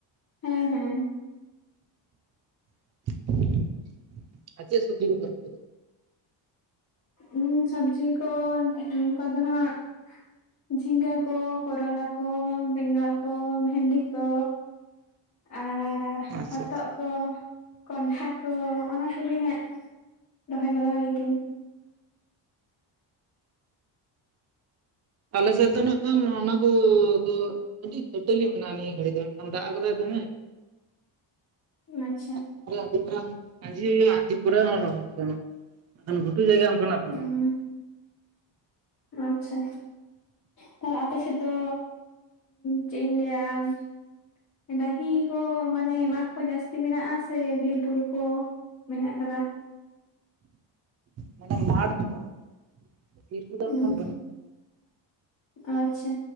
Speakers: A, on the left; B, on the right.
A: ᱦᱮᱸ ᱦᱮᱸ
B: <inaudible> ᱟᱨ ᱪᱮᱫ ᱥᱚᱵᱽᱡᱤ ᱠᱚ ᱯᱮ?
A: ᱩ ᱥᱚᱵᱡᱤ ᱠᱚ ᱱᱚᱝᱠᱟ ᱫᱚ ᱦᱟᱸᱜ, ᱡᱷᱤᱜᱟ ᱠᱚ, ᱠᱚᱨᱞᱟ ᱠᱚ, ᱵᱮᱸᱜᱟᱟᱲ ᱠᱚ, ᱵᱷᱮᱱᱰᱤ ᱠᱚ
B: <inaudible>
A: ᱟᱨ
B: ᱟᱪᱪᱷᱟ
A: ᱦᱚᱛᱚᱜ
B: ᱟᱪᱪᱷᱟ
A: ᱠᱚ ᱾ ᱠᱚᱱᱰᱷᱟ ᱠᱚ ᱚᱱᱟ ᱠᱚᱜᱮ ᱦᱟᱸᱜ ᱨᱚᱦᱚᱭ ᱵᱟᱲᱟ ᱦᱳᱭ ᱠᱟᱱᱟ ᱾
B: ᱟᱞᱮᱥᱮᱫ ᱫᱚ ᱱᱟᱜ ᱠᱷᱟᱱ ᱚᱱᱟ ᱠᱚ ᱫᱚ ᱟᱹᱰᱤ ᱠᱷᱟᱹᱴᱟᱹᱞᱤ ᱢᱮᱱᱟᱜᱼᱟ, ᱱᱤᱭᱟᱹ ᱜᱷᱟᱹᱲᱤᱡ ᱫᱚ ᱟᱜᱠᱷᱟᱱ ᱫᱟᱜ ᱟᱠᱟᱫᱟᱭ ᱫᱚᱢᱮ ᱾
A: ᱟᱪᱪᱷᱟ,
B: <inaudible> ᱟᱹᱰᱤ ᱢᱟᱨᱟᱝ ᱟᱺᱡᱷᱤ ᱦᱩᱭᱩᱜᱼᱟ ᱟᱺᱡᱷᱤ ᱯᱚᱨᱮ ᱦᱚᱸ ᱨᱚᱦᱚᱭ ᱜᱟᱱᱚᱜᱼᱟ ᱵᱟᱠᱷᱟᱱ ᱜᱷᱩᱴᱩ ᱡᱟᱭᱜᱟ ᱚᱱᱠᱟᱱᱟᱜ ᱵᱟᱹᱱᱩᱜᱼᱟ
A: ᱩᱸ
B: ᱾
A: ᱟᱪᱪᱷᱟ, ᱛᱟᱦᱚᱞᱮ ᱟᱯᱮ ᱥᱮᱫ ᱫᱚ ᱪᱮᱫ ᱤᱧ ᱞᱟᱹᱭᱟ ᱾ ᱰᱟᱹᱺᱦᱤ ᱠᱚ ᱢᱟᱱᱮ ᱢᱟᱴᱷ ᱠᱚ ᱡᱟᱹᱥᱛᱤ ᱢᱮᱱᱟᱜᱼᱟ ᱥᱮ ᱵᱤᱨ ᱵᱩᱨᱩ ᱠᱚ ᱢᱮᱱᱟᱜ ᱟᱠᱟᱫᱟ?
B: ᱢᱟᱱᱮ ᱢᱟᱴᱷ ᱢᱮᱱᱟᱜᱼᱟ ᱵᱤᱨ ᱫᱚ
A: ᱦᱩᱸ
B: ᱟᱜᱠᱷᱟᱱ ᱵᱟᱹᱱᱩᱜᱼᱟ ᱾
A: ᱟᱪᱪᱷᱟ ᱾